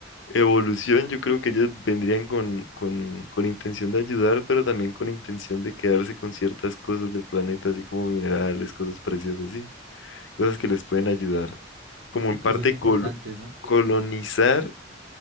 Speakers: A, on the left (about 85°); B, on the right (about 75°).
A: evolución, yo creo que ellos vendrían con, con, con intención de ayudar, pero también con intención de quedarse con ciertas cosas del planeta, así como minerales, cosas preciosas, así, cosas que les pueden ayudar. Como
B: Sí,
A: en
B: cosas
A: parte
B: importantes,
A: col-
B: ¿no?
A: colonizar,